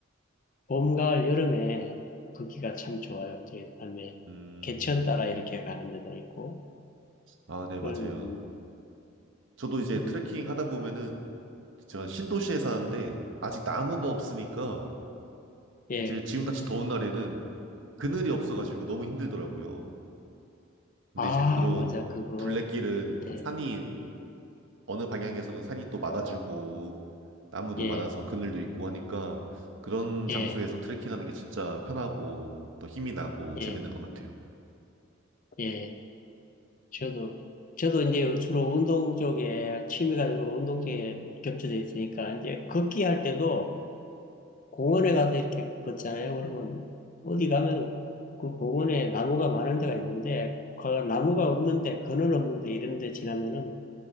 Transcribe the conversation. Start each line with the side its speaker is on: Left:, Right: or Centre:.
Left: 봄, 가을, 여름에 걷기가 참 좋아요. 이제 다음에
Right: 음.
Left: 개천 따라 이렇게 가는 데도 있고.
Right: 아, 네, 맞아요.
Left: 음,
Right: 저도 이제
Left: 음,
Right: 트레킹 하다 보면은 제가 신도시에 사는데 아직 나무가 없으니까
Left: 예.
Right: 이제 지금같이 더운 날에는 그늘이 없어가지고 너무 힘들더라고요. 근데
Left: 아,
Right: 이제 그런
Left: 맞아. 그거.
Right: 둘레길은
Left: 예,
Right: 산이 어느 방향에서는 산이 또 막아주고 나무도
Left: 예,
Right: 많아서 그늘도 있고 하니까 그런 장소에서
Left: 예,
Right: 트레킹하는 게 진짜 편하고 또 힘이 나고 재밌는
Left: 예,
Right: 것 같아요.
Left: 예. 저도, 저도 이제 주로 운동 쪽에, 취미가 주로 운동 쪽에 겹쳐져 있으니까, 이제 걷기 할 때도 공원에 가서 이렇게 걷잖아요. 그러면 어디 가면 그 공원에 나무가 많은 데가 있는데, 그 나무가 없는데, 그늘 없는데 이런 데 지나면은